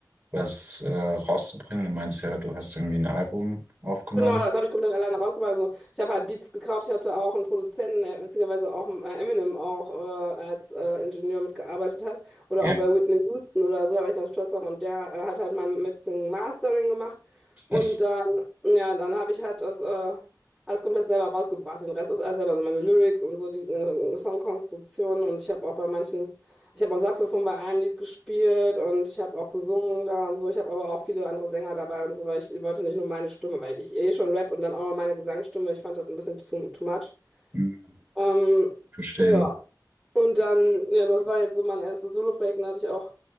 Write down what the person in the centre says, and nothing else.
Genau, das habe ich komplett alleine rausgemacht. Also, ich habe halt Beats gekauft. Ich hatte auch einen Produzenten, der witzigerweise auch äh, Eminem auch äh, als äh, Ingenieur mitgearbeitet hat. Oder
auch bei Whitney Houston oder so, da war ich ganz stolz drauf. Und der äh, hat halt mein Mixing Mastering gemacht. Und
dann, ja, dann habe ich halt das äh, alles komplett selber rausgebracht. Den Rest ist alles selber, also meine Lyrics und so, die äh, Songkonstruktion. Und ich habe auch bei manchen. Ich habe auch Saxophon bei einem Lied gespielt und ich habe auch gesungen da und so. Ich habe aber auch viele andere Sänger dabei und so, weil ich wollte nicht nur meine Stimme, weil ich eh schon Rap und dann auch noch meine Gesangsstimme. Ich fand das ein bisschen too, too much.
Ähm,
ja, und dann, ja, das war jetzt so mein erstes Soloprojekt. Da hatte ich auch